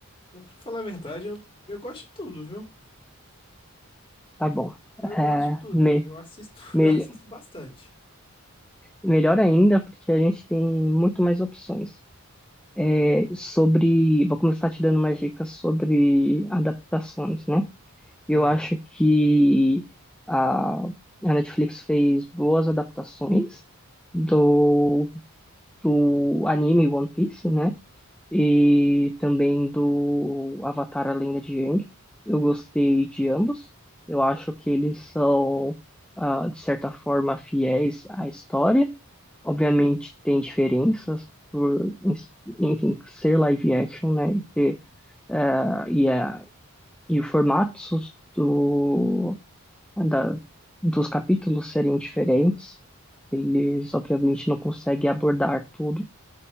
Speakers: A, on the left; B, in the centre.
A: pra falar a verdade, eu, eu gosto de tudo, viu?
B: Tá bom.
A: Eu gosto
B: É,
A: de tudo.
B: me-
A: Eu assisto, <laughs>
B: me-
A: eu assisto bastante.
B: melhor ainda, porque a gente tem muito mais opções. é, sobre. Vou começar te dando umas dicas sobre adaptações, né? Eu
A: Ah,
B: acho que a, a Netflix fez boas adaptações do, do anime One Piece, né? E também do Avatar A Lenda de Aang. Eu gostei de ambos. Eu acho que eles são, ah, de certa forma, fiéis à história Obviamente tem diferenças por, ens- enfim, ser live action, né? E, ter, eh, e, a e o formato do, da, dos capítulos serem diferentes. Eles, obviamente, não conseguem abordar tudo